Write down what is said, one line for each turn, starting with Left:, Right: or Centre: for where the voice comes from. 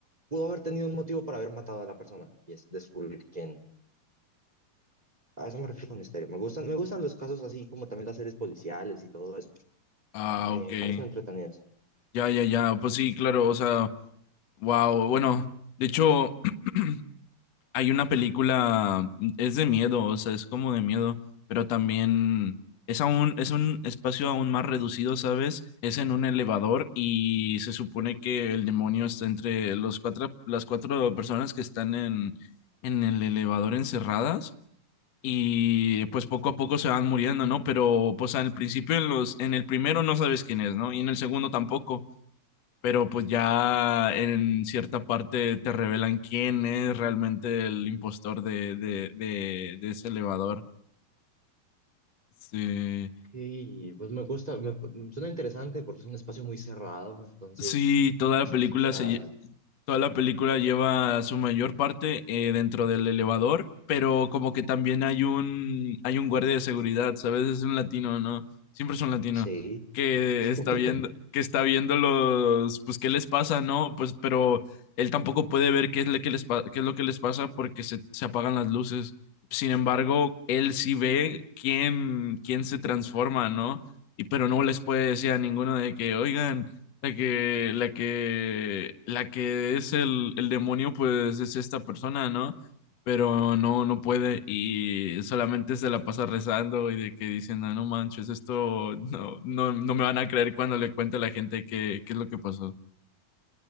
Right: pudo haber tenido un motivo para haber matado a la persona. Y es descubrir quién. A eso me refiero con misterio. Me gustan, me gustan los casos así como también las series policiales y todo eso.
Left: Ah,
Right: Me
Left: ok.
Right: parecen entretenidas.
Left: Ya, ya, ya. Pues sí, claro, o sea. Wow, bueno, de hecho <clears throat> hay una película, es de miedo, o sea, es como de miedo, pero también es aún, es un espacio aún más reducido, ¿sabes? Es en un elevador y se supone que el demonio está entre los cuatro, las cuatro personas que están en, en el elevador encerradas y pues poco a poco se van muriendo, ¿no? Pero pues al principio en los, en el primero no sabes quién es, ¿no? Y en el segundo tampoco pero pues ya en cierta parte te revelan quién es realmente el impostor de, de, de, de ese elevador. Sí.
Right: Y pues me gusta, me, suena interesante porque es un espacio muy cerrado. Entonces,
Left: Sí, toda la película
Right: o sea,
Left: se, lle- toda la película lleva su mayor parte eh, dentro del elevador, pero como que también hay un hay un guardia de seguridad, ¿sabes? Es un latino, ¿no? Siempre es un latino
Right: sí.
Left: que
Right: <laughs>
Left: está viendo que está viendo los pues qué les pasa, ¿no? Pues pero él tampoco puede ver qué es lo que les pa- qué es lo que les pasa porque se, se apagan las luces. Sin embargo, él sí ve quién quién se transforma, ¿no? Y pero no les puede decir a ninguno de que, "Oigan, la que, la que, la que es el, el demonio, pues es esta persona, ¿no? Pero no, no puede y solamente se la pasa rezando y de que diciendo, no manches, esto no, no, no me van a creer cuando le cuente a la gente qué, qué es lo que pasó.